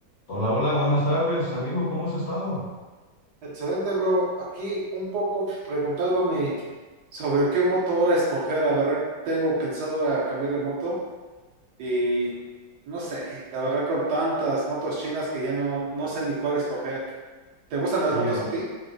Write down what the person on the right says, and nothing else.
Excelente, bro. Aquí un poco preguntándome sobre qué moto ahora escoger. La verdad, tengo pensado a cambiar de moto y no sé, la verdad con tantas motos chinas que ya no, no sé ni cuál escoger. ¿Te gustan las
motos a ti?